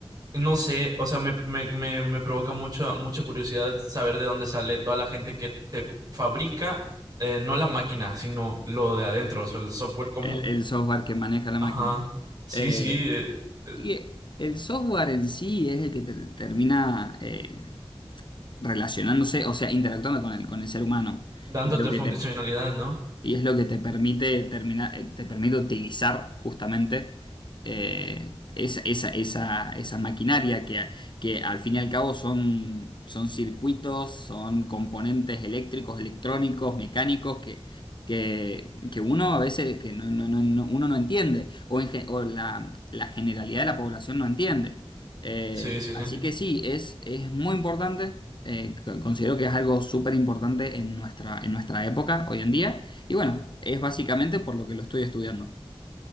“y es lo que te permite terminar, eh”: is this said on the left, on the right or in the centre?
Left